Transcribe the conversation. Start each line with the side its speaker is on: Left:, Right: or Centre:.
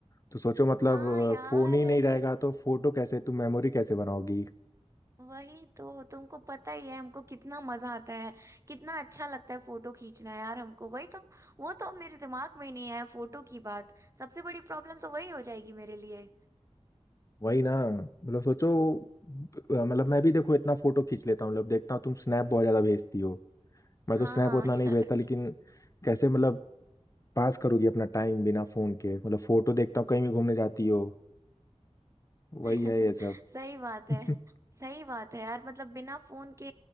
Left: तो सोचो मतलब
Right: हाँ यार
Left: फोन ही नहीं
Right: अरे
Left: रहेगा तो फोटो कैसे तुम मेमोरी कैसे बनाओगी
Right: वही तो तुमको पता ही है हमको कितना मजा आता है कितना अच्छा लगता है फोटो खींचना यार हमको वही तो वो तो मेरे दिमाग में ही नहीं आया फोटो की बात सबसे बड़ी प्रॉब्लम तो वही हो जाएगी मेरे लिए
Left: वही ना मतलब सोचो अ, मतलब मैं भी देखो इतना फोटो खींच लेता हूँ मतलब देखता हूँ तुम स्नैप बहुत ज्यादा भेजती हो मैं
Right: हाँ
Left: तो स्नैप उतना
Right: हाँ, <laughs>
Left: नहीं
Right: यार
Left: भेजता लेकिन कैसे मतलब पास करोगी अपना टाइम बिना फोन के मतलब फोटो देखता हूँ कहीं भी घूमने जाती हो वही
Right: <laughs>
Left: है ये सब
Right: सही बात है
Left: <laughs>
Right: सही बात है यार मतलब बिना फोन के